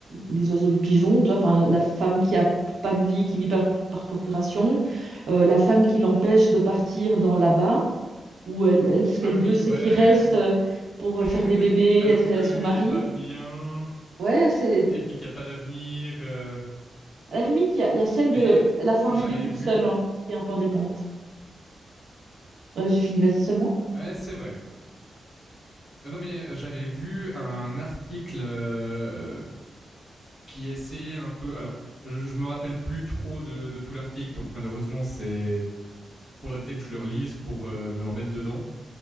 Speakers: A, on the right (about 65°); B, on the left (about 20°).
A: les oiseaux, les pigeons. Tu vois, enfin, la femme qui a pas de vie, qui vit par, par procuration. Euh, la femme qui l'empêche de partir dans là-bas, où elle, elle, ce qu'elle
B: Ah oui,
A: veut, c'est
B: ouais.
A: qu'il reste euh, pour
B: <laughs>
A: faire des bébés,
B: Alors
A: être
B: que
A: euh,
B: lui,
A: son mari.
B: il est pas bien
A: Ouais, c'est.
B: et puis qu'il y a pas d'avenir. euh.
A: À la limite, il y a, il y a celle
B: Mais
A: de la fin
B: j'avais
A: bébé toute
B: vu,
A: seule, hein, qui est un peu indépendante. Ouais, j'ai fini, vas-y seulement.
B: ouais, c'est vrai. Non, non, mais j'avais vu un article euh, qui essayait un peu. Alors, je, je me rappelle plus trop de, de tout l'article, donc malheureusement, c'est. Faudrait peut-être que je le relise pour euh, me remettre dedans,